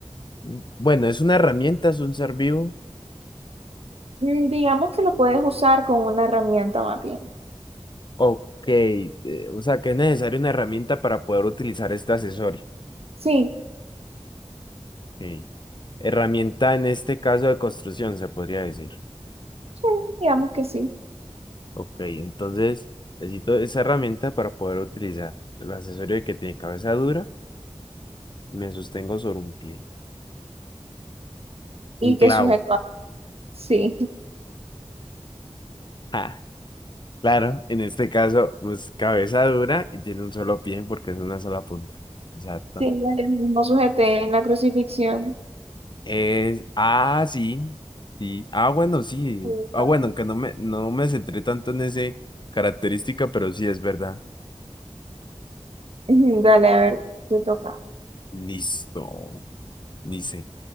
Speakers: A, on the left; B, on the right.
A: mm, Bueno, es una herramienta, es un ser vivo.
B: Mm, digamos que lo puedes usar con una herramienta más bien.
A: Ok, eh, o sea que es necesaria una herramienta para poder utilizar este accesorio.
B: Sí,
A: Ok. Herramienta en este caso de construcción, se podría decir.
B: sí, digamos que sí.
A: Ok, entonces necesito esa herramienta para poder utilizar el accesorio que tiene cabeza dura. Me sostengo sobre un pie.
B: Y
A: Un
B: que
A: clavo.
B: sujeto
A: <laughs>
B: Sí,
A: Ja, Claro, en este caso, pues cabeza dura y tiene un solo pie porque es una sola punta. Exacto.
B: sí, ya mismo sujeté en la crucifixión.
A: Es, ah, sí, sí. Ah, bueno, sí.
B: Bonito.
A: Ah, bueno, aunque no me, no me centré tanto en ese característica, pero sí es verdad.
B: Ujú, Dale, a ver, te toca.
A: Listo. Dice,